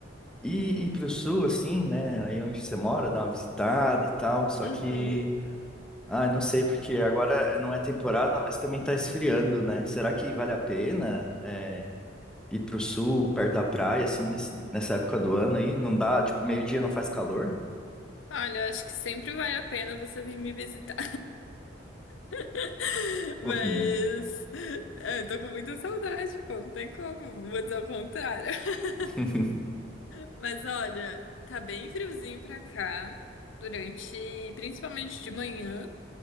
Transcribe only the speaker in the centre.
ir, ir pro sul, assim, né? Aí onde você mora, dar uma visitada e tal. Só
que, ah, não sei, porque agora não é temporada, mas também tá esfriando, né? Será que vale a pena? É, Ir pro sul, perto da praia, assim, nesse- nessa época do ano aí, não dá, tipo, meio-dia não faz calor?
Fofinha.
<laughs>